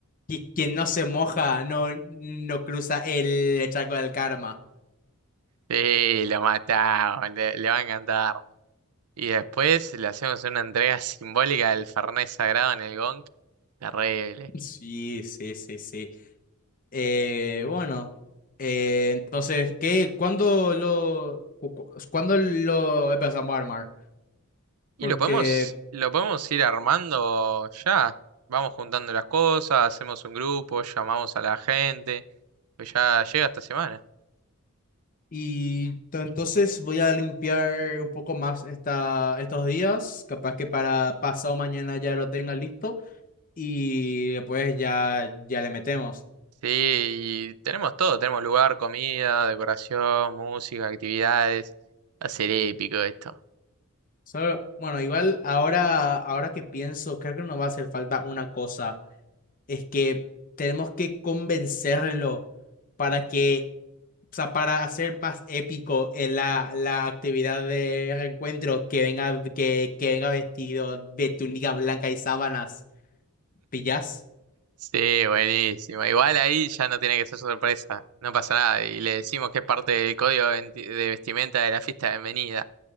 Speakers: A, on the left; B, on the right.
A: "Qui- quien no se moja no, no cruza el charco del karma.
B: Sí, lo matamos, le, le va a encantar. Y después le hacemos una entrega <laughs> simbólica del Fernet Sagrado en el Gong. Terrible.
A: Sí, sí, sí, sí. Eh, bueno, eh, entonces, ¿qué? ¿Cuándo lo, cu- cu- cuándo lo empezamos a armar?
B: Y
A: Porque,
B: lo podemos, lo podemos ir armando ya. Vamos juntando las cosas, hacemos un grupo, llamamos a la gente, pues ya llega esta semana.
A: y to- entonces voy a limpiar un poco más esta, estos días, capaz que para pasado mañana ya lo tenga listo y después ya, ya le metemos.
B: Sí, y tenemos todo, tenemos lugar, comida, decoración, música, actividades. Va a ser épico esto.
A: Solo- bueno, igual ahora, ahora que pienso, creo que nos va a hacer falta una cosa es que tenemos que convencerlo para que, o sea, para hacer más épico eh, la, la actividad de reencuentro, que venga, que, que venga vestido de túnica blanca y sábanas, ¿pillas?
B: Sí, buenísimo. Igual ahí ya no tiene que ser sorpresa, no pasa nada. Y le decimos que es parte del código de venti- de vestimenta de la fiesta de bienvenida.